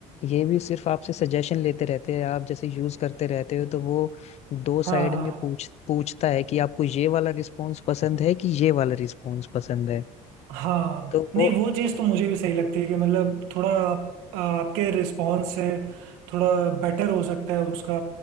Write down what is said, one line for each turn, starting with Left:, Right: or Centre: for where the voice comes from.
Left: ये भी सिर्फ आपसे सजेशन लेते रहते हैं आप जैसे यूज करते रहते हो तो वो दो साइड
Right: हाँ हाँ
Left: में पूछ पूछता है कि आपको ये वाला रिस्पॉन्स पसंद है कि ये वाला रिस्पॉन्स पसंद है
Right: हाँ
Left: तो
Right: नहीं
Left: वो
Right: वो चीज़ तो मुझे भी सही लगती है कि मतलब थोड़ा आप, आपके रिस्पॉन्स से थोड़ा बेटर हो सकता है उसका